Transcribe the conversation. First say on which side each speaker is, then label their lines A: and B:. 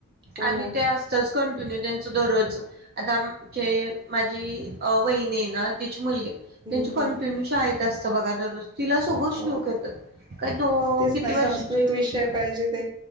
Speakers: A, on the right; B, on the right.
A: हो
B: आणि
A: ना
B: ते असतचं कंटि -- त्यांच दरोज आता म चे मा झी वहिनी हैना तिची मुलगी
A: हम्म
B: त्यांची
A: हम्म
B: कंटिन्यू शाळेत असतं बघा दरोज- - तिला सगळं
A: हो.
B: श्लोक येतात काय दोन
A: तेच
B: ती किती
A: ना
B: वर्षाची
A: संस्कृत
B: माहिती
A: विषय
B: का?
A: पाहिजे ते